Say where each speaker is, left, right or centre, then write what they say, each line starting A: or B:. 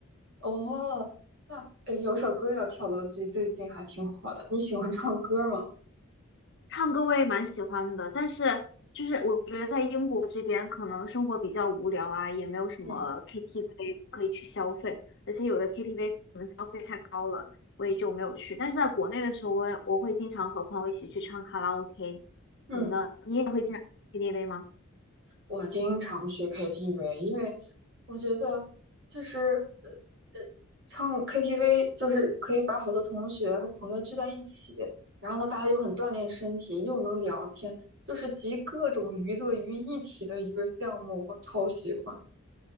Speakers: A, on the right; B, on the left.
A: 哦。那诶，有首歌叫《跳楼机》，最近还挺火的。你喜欢唱歌吗？
B: 唱歌我也蛮喜欢的，但是就是我觉得在英国这边可能生活比较无聊啊，也没有什么
A: 嗯
B: KTV 可以去消费，而且有的 KTV 可能消费太高了，我也就没有去。但是在国内的时候，我也我会经常和朋友一起去唱卡拉 OK。
A: 嗯，
B: 你呢？你也会经常去 KTV 吗？
A: 我经常去 KTV，因为我觉得就是呃唱 KTV 就是可以把好多同学和朋友聚在一起，然后呢，大家又很锻炼身体，又能聊天，就是集各种娱乐于一体的一个项目，我超喜欢。